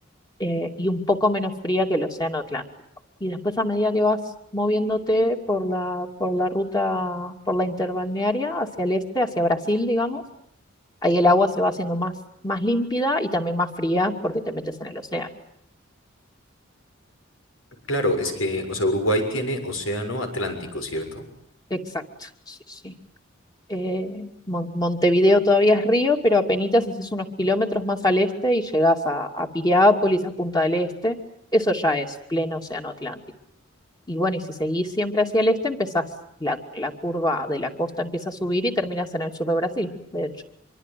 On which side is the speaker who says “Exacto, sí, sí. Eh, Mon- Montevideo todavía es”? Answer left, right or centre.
Left